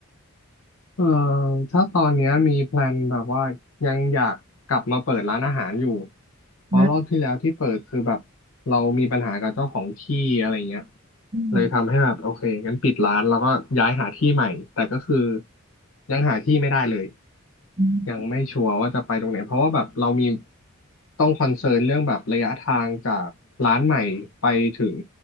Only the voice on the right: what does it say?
อืมอืม
อ